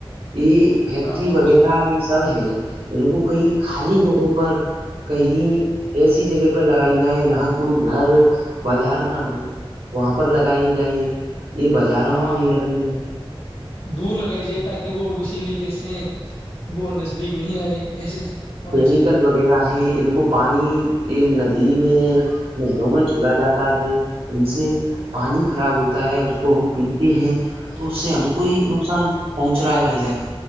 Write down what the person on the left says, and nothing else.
رام رام
صاحب
ہاں
دور لگائی جائے تاکہ وہ اسی لیےقےس سے وہ نزدیک نہیں آئے ایسے ہونا
چاہیے